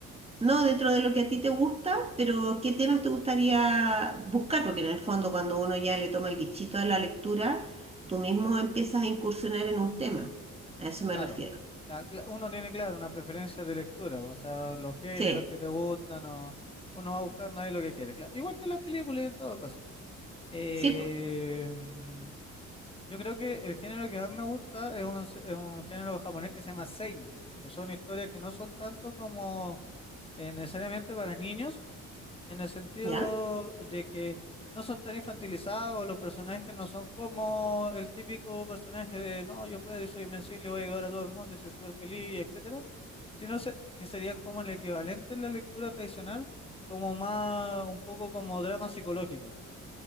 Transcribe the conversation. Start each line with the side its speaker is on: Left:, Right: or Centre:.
Right: No dentro de lo que a ti te gusta, pero ¿qué temas te gustaría buscar? Porque en el fondo cuando uno ya le toma el bichito a la lectura, tú mismo empiezas a incursionar en un tema. A eso me
Left: Claro,
Right: refiero.
Left: Ah, cla- uno tiene claro una preferencia de lectura, o sea, los géneros
Right: Sí,
Left: que te gustan, o uno va buscando ahí lo que quiere, claro. Igual que en las películas y en todo caso. Eh,
Right: sí, pues,
Left: mm, yo creo que el género que más me gusta es un, se- es un género japonés que se llama seinen, que son historias que no son tanto como eh, necesariamente para niños, en el sentido
Right: ¿ya?
Left: de que no son tan infantilizados, los personajes no son como el típico personaje de no, yo puedo y soy invencible, voy a ayudar a todo el mundo y soy súper feliz, etcétera, sino se- que serían como el equivalente en la lectura tradicional, como más, un poco como drama psicológico,